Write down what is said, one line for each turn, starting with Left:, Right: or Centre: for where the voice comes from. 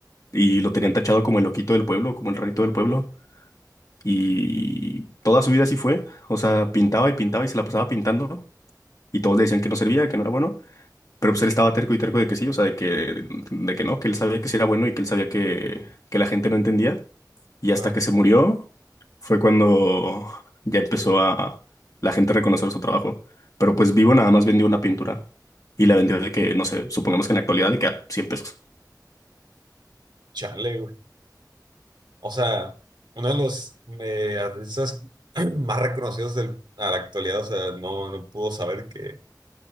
Left: Y lo tenían
Right: güey.
Left: tachado como el loquito del pueblo, como el rarito del pueblo. Y toda su vida así fue. O sea, pintaba y pintaba y se la pasaba pintando. Y todos le decían que no servía, que no era bueno. Pero pues él estaba terco y terco de que sí, o sea, de que, de que no, que él sabía que sí era bueno y que él sabía que, que la gente no entendía. Y
Right: Ajá.
Left: hasta que se murió fue cuando ya empezó a la gente a reconocer su trabajo. Pero pues Vivo nada más vendió una pintura y la vendió de que, no sé, supongamos que en la actualidad de que a 100 pesos.
Right: Chale, güey. O sea, uno de los eh, artistas <clears throat> más reconocidos del, a la actualidad, o sea, no, no pudo saber que